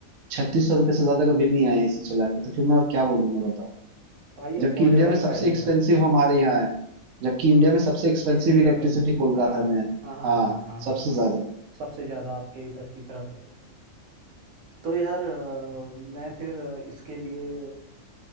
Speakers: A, on the right; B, on the right.
A: छत्तीस सौ रुपये से ज्यादा का बिल नहीं आया एसी चला के तो फिर मैं और क्या बोलूंगा बताओ
B: भाई
A: जबकि
B: अफोर्डेबल
A: इंडिया में सबसे
B: प्राइस
A: एक्सपेंसिव
B: है
A: हमारे यहाँ है जबकि इंडिया में सबसे एक्सपेंसिव
B: बिजली
A: इलेक्ट्रिसिटी
B: का बिल
A: कोलकाता
B: हाँ
A: में है
B: हाँ हाँ
A: हाँ
B: हाँ हाँ हाँ
A: सबसे
B: हाँ
A: ज्यादा
B: सबसे ज़्यादा आपके इधर की तरफ है तो यार अ, मैं फिर अ, इसके लिए